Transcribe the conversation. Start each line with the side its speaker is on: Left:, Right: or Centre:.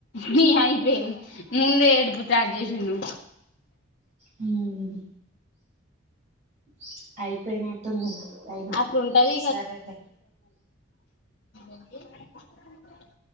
Left: నీ అయిపేంది ముందే ఏడుపు స్టార్ట్ చేసిండు.
Right: మూ హు <inaudible> అయిపోయినట్టుంది టైం
Left: అట్లుంటది
Right: సరేలే
Left: అకే <unintelligible>